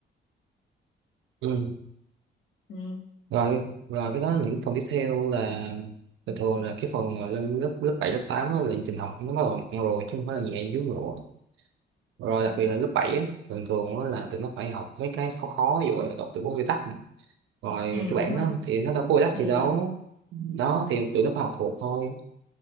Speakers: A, on the right; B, on the left.
A: ừ.
B: ừ,
A: rồi cái- rồi cái đó những phần tiếp theo là thường thường là cái phần mà lên lớp lớp bảy lớp tám á là trình học nó bắt đầu nặng rồi chứ không phải là nhẹ dưới nữa rồi đặc biệt là lớp bảy á, thường thường á là tụi nó phải học mấy cái khó khó ví dụ là đọc từ vựng quy tắc này. rồi
B: ừ
A: cái bản
B: đúng rồi
A: đó thì nó đâu có quy tắc
B: thì
A: gì đâu
B: ờ,
A: đó thì tụi nó phải học thuộc thôi